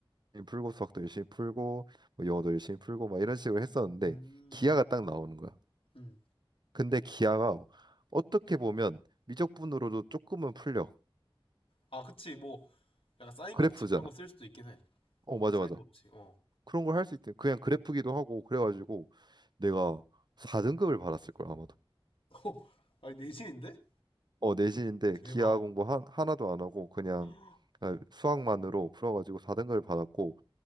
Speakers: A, on the right; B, on the left.
A: 고민 풀고 수학도 열심히 풀고 뭐 영어도 열심히 풀고 막 이런 식으로 했었는데
B: 음,
A: 기하가 딱 나오는 거야.
B: 음.
A: 근데 기하가 어떻게 보면 미적분으로도 조금은 풀려.
B: 아, 그치, 뭐, 약간 사인
A: 그래프잖아.
B: 법칙 이런 거 쓸 수도 있긴 해.
A: 어
B: 코사인
A: 맞아 맞아.
B: 법칙, 어.
A: 그런 걸 할 수 있대. 그냥 그래프기도 하고 그래가지고 내가 4등급을 받았을 걸 아마도.
B: <laughs> 어, 아니, 내신인데?
A: 어 내신인데
B: 대박.
A: 기하 공부 한, 하나도 안 하고 그냥
B: <gasps>
A: 아, 수학만으로 풀어가지고 4등급을 받았고